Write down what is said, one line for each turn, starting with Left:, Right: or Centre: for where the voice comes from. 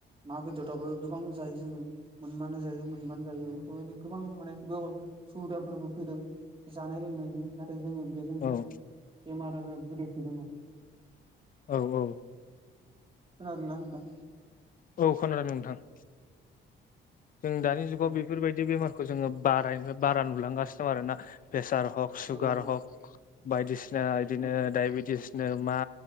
Right: ना बेदराबबो गोबां जायो जोङो मोनबानो जायो मोनबानो जायो बेफोरबायनो गोबां माने बे सुबिदाफोरबो फैदों जानाय लोंनायनि नाथाय जोङो बेजोंसो
Left: औ
Right: बेमार आजार गोदैसोदों आरो
Left: औ औ
Right: खोनादोंना नोंथां
Left: औ खोनादों नोंथां। जों दानि जुगाव
Right: औ
Left: बेफोरबायदि बेमारखौ जोङो बाराय बारा नुलांगासिनो दं आरो ना प्रेसार हक सुगार
Right: औ
Left: हक बायदिसिना बिदिनो
Right: औ
Left: दडायबेटिस मा